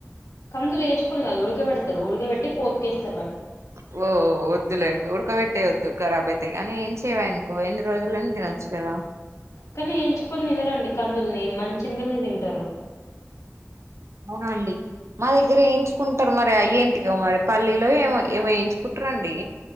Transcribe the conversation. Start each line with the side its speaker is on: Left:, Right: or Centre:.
Left: కందులు వేంచుకొని కాదు ఉడకబెడతారు ఉడకబెట్టి పోపుకేస్త్
Right: వొ వద్దులే ఉడకబెట్టేది వద్దు గారబ్ అయితాయ్ కానీ యెంచినవి అనుకో ఎన్ని రోజులైనా తినొచ్చు కదా.
Left: కానీ యేంచుకొని తినరండి కందుల్ని మంచిగల్నే తింటారు.
Right: ఉనండి మా దగ్గర యేంచుకుంటారు మరి అయేంటికో మరి పల్లీలో ఏమో ఏమో యేంచుకుంటారండి.